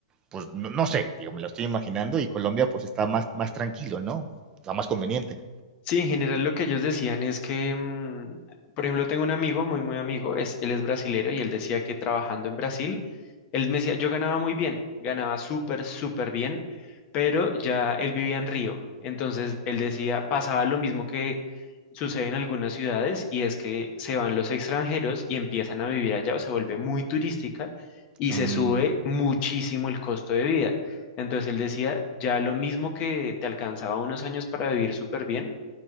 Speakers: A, on the right; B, on the left.
A: pues no, no, sé, digo, me lo estoy imaginando y Colombia pues está más, más tranquilo, ¿no? Está más conveniente.
B: Sí, en general lo que ellos decían es que, mm, por ejemplo, tengo un amigo, muy, muy amigo, es, él es brasilero y él decía que trabajando en Brasil, él me decía, yo ganaba muy bien, ganaba súper, súper bien, pero ya él vivía en Río. Entonces, él decía, pasaba lo mismo que sucede en algunas ciudades y es que se van los extranjeros y empiezan a vivir allá o se vuelve muy turística y
A: Uh,
B: se sube muchísimo el costo de vida. Entonces, él decía, ya lo mismo que te alcanzaba unos años para vivir súper bien